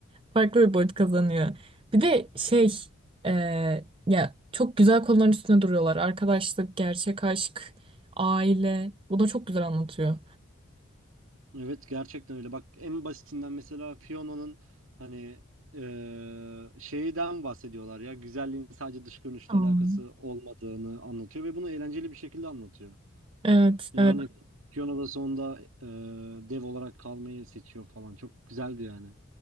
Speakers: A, on the right; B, on the right.
A: farklı bir boyut kazanıyor. Bir de şey e, ya çok güzel konuların üstüne duruyorlar. Arkadaşlık, gerçek aşk, aile. Bunu çok güzel anlatıyor.
B: Evet gerçekten öyle. Bak en basitinden mesela Fiona'nın hani eee, şeyden bahsediyorlar ya. Güzelliğin sadece dış görünüşle
A: Hmm.
B: alakası olmadığını anlatıyor ve bunu eğlenceli bir şekilde anlatıyor.
A: Evet,
B: Yani
A: evet.
B: Fiona da sonunda eee, dev olarak kalmayı seçiyor falan. Çok güzeldi yani.